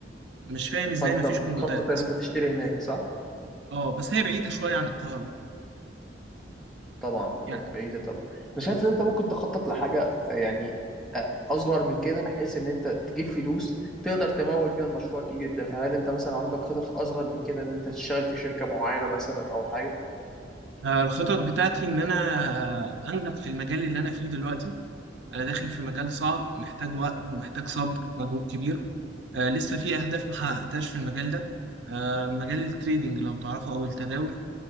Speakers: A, on the right; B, in the centre.
A: مش فاهم ازاي
B: فانت
A: مفيش
B: بتخطط
A: منجدات
B: ان انت تشتري هناك صح
A: اه بس هي بعيده شويه عن القاهره
B: طبعا
A: يعني
B: بعيدة طب انا شايف ان انت ممكن تخطط لحاجة يعني آه، اصغر من كده بحيث ان انت تجيب فلوس تقدر تمول بيها المشروع الكبير ده فهل انت مثلا عندك خطط اصغر من كده ان انت تشتغل في شركة معينة مثلا او حاجة
A: آه، الخطط بتاعتي ان انا آه، انجح في المجال اللي انا فيه دلوقتي انا داخل في مجال صعب محتاج وقت ومحتاج صبر مجهود كبير آه، لسه في اهداف ما حققتهاش في المجال ده آه، مجال التريدينج لو تعرفه او التداول